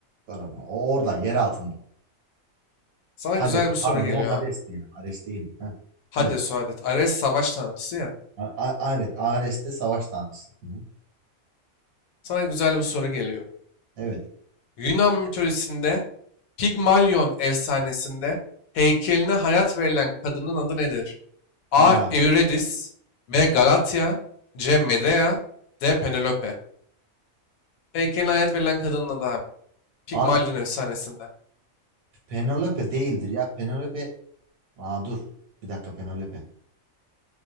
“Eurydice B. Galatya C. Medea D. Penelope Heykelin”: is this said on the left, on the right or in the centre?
Left